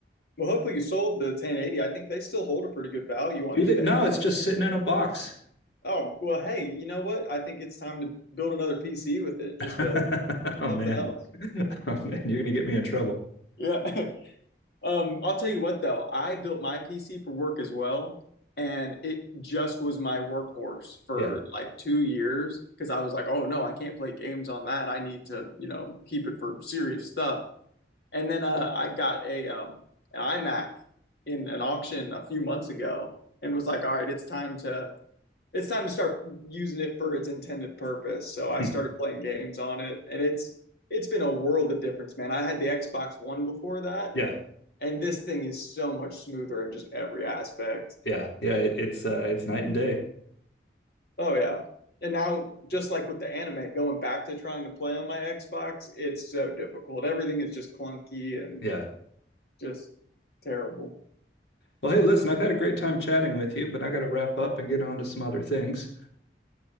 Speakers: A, on the left; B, on the left.
A: Well, hopefully you sold the 1080. I think they still hold a pretty good value
B: Do
A: on eBay.
B: they?
A: and
B: No,
A: stuff.
B: it's just sitting in a box.
A: Oh well, hey, you know what? I think it's time to build another PC with it,
B: <laughs>
A: just uh,
B: Oh
A: something
B: man,
A: else.
B: oh man, you're gonna get me in trouble.
A: Yeah, <laughs> Um, I'll tell you what though, I built my PC for work as well, and it just was my workhorse for
B: Yeah,
A: like two years because I was like, oh no, I can't play games on that. I need to, you know, keep it for serious stuff. And then uh, I got a um, an iMac in an auction a few months ago and was like, all right, it's time to it's time to start using it for its intended purpose. So I
B: <laughs> yeah,
A: started playing games on it, and it's it's been a world of difference, man. I had the Xbox One before that
B: yeah,
A: and this thing is so much smoother in just every aspect.
B: yeah. it- It's uh, it's night and day.
A: Oh yeah. And now just like with the anime, going back to trying to play on my Xbox, it's so difficult. Everything is just clunky and
B: Yeah.
A: just terrible.
B: Well, hey, listen, I've had a great time chatting with you, but I got to wrap up and get on to some other things.